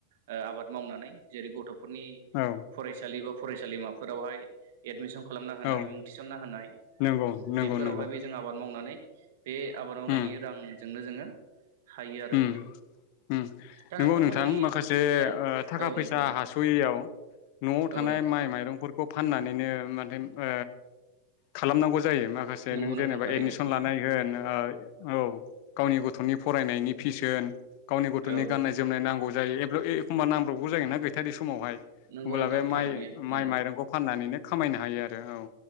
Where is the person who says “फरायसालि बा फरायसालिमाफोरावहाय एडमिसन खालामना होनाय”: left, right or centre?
Right